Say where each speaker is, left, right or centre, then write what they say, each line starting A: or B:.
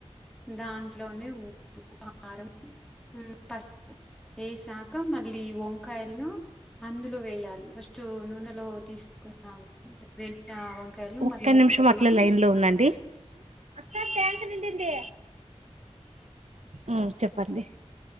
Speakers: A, in the centre; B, on the right (about 90°).
A: దాంట్లోనే ఉప్పు కారం ఉమ్ పసుపు ఏశాక మళ్ళీ ఈ వంకాయలను అందులో వేయాలి ఫస్ టూ నూనెలో తీసుకున్న <unintelligible>
B: ఒక్క
A: అందులో
B: నిమిషం అట్లే
A: వేసి
B: లైన్ లో ఉండండి అక్క ట్యాంక్ నిండింది ఊ చెప్పండి